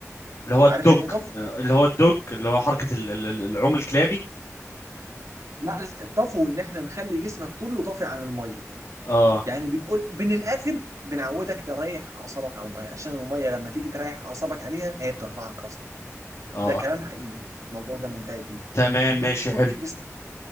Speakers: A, on the left; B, on the right.
A: اللي هو الدوج
B: عارف يعني ايه طفو
A: آه، اللي هو الدوج اللي هو حركة ال- ال- العوم الكلابي
B: لا لا الطفو ان احنا نخلي جسمك كله طافي عن الميه
A: اه
B: يعني بنقول من الاخر بنعودك تريح اعصابك على الميه عشان الميه لما تيجي تريح اعصابك عليها هي بترفعك اصلا
A: اه
B: ده كلام حقيقي الموضوع ده منتهي فيه
A: تمام
B: بتفك
A: ماشي حلو
B: جسمك